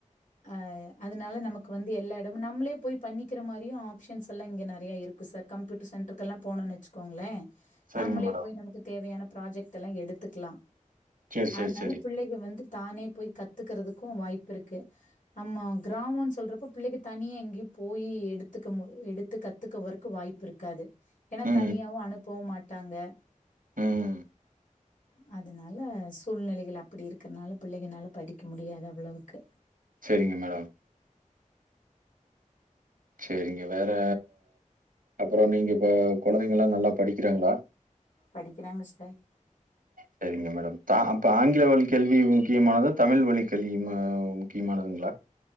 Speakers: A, on the left; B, on the right.
A: அஹ் அதனால நமக்கு வந்து எல்லா இடமும் நம்ளே போய் பண்ணிக்கிற மாரியும் ஆப்ஷன்ஸ் எல்லா இங்க நிறைய இருக்கு சார் கம்ப்யூட்டர் சென்டர்கெல்லா போணும்ன்னு வச்சுக்கோங்களேன் ஷ்
B: சரிங்க
A: நம்மளே
B: மேடம்.
A: போய் நமக் வேயான ப்ராஜெக்ட் எல்லா எடுத்துக்கலாம்
B: சரி,
A: அதனால
B: சரி, சரி.
A: பிள்ளைக வந்து தானே போய் கத்துக்குறதுக்கும் வாய்ப்பு இருக்கு அம்ம கிராமோனு சொல்றப்ப பிள்ளைக்கு தனியே எங்கேயும் போய் எடுத்துக்க மொ எடுத்து கத்துக்க வறக்கு வாய்ப்பு இருக்காது ஏன்னா
B: ம்,
A: தனியாவும் அனுப்பவும் மாட் ட்டாங்க
B: ம்.
A: அதனால சூழ்நிலைகள் அப்படி இருக்கிறதுனால பிள்ளைகனால படிக்க முடியாது அவ்ளவுக்கு
B: சேரிங்க மேடம் சேரிங்க வேற ற அப்புறோ நீங்க இப்ப குழந்தைங்கல்லா நல்லா படிக்கிறாங்ளா
A: படிக்கிறாங்க சார்
B: சேரிங்க மேடம் தா அப்ப ஆங்கில வழி கல்வி முக்கியமானத தமிழ் வழி கல்விமா முக்கியமானதுங்ளா